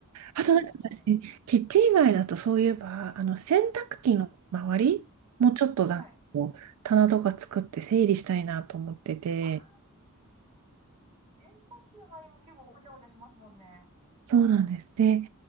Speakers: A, on the right; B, on the right.
A: あとなんか私、
B: そうですよね。
A: キッチン以外だとそういえば、あの洗濯機の周りもうちょっとだこう棚とか作って整理したいなと思ってて、
B: はい。ああ、洗濯機の周りも結構ごちゃごちゃしますもんね。
A: そうなんです。で、